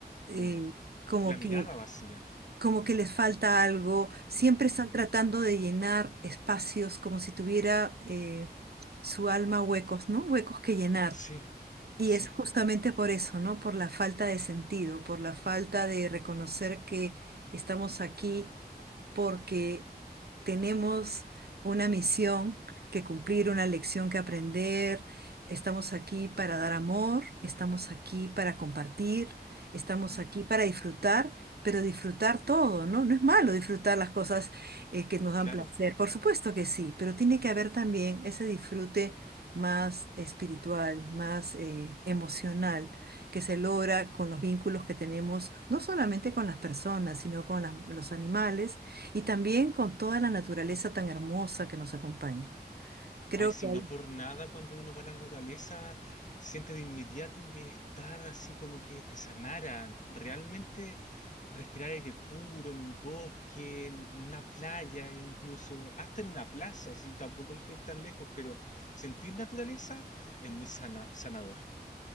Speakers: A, on the right; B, on the left.
A: eh,
B: Mm.
A: como
B: La
A: que
B: mirada vacía.
A: como que les falta algo, siempre
B: Ujú.
A: están tratando de llenar espacios como si tuviera eh, su alma huecos, ¿no? Huecos que llenar.
B: Sí,
A: Y
B: sí.
A: es justamente por eso, ¿no? Por la falta de sentido, por la falta de reconocer que estamos aquí porque tenemos una misión que cumplir, una lección que aprender. Estamos aquí para dar amor, estamos aquí para compartir, estamos
B: ujú.
A: aquí para disfrutar, pero disfrutar todo, ¿no? No es malo disfrutar las cosas eh, que nos dan
B: Claro.
A: placer, por supuesto que sí, pero tiene que haber también ese disfrute más espiritual, más eh, emocional, que se logra con los vínculos que tenemos, no solamente con las personas, sino con las- los animales y también con toda la naturaleza tan hermosa que nos acompaña. Creo
B: Ay, si
A: que ahí
B: no por nada cuando uno va a la naturaleza, siente de inmediato un bienestar así como que te sanara. Realmente respirar aire puro en un bosque, en una playa e incluso, hasta en una plaza, si tampoco hay que ir tan lejos, pero sentir naturaleza es muy sana, sanador.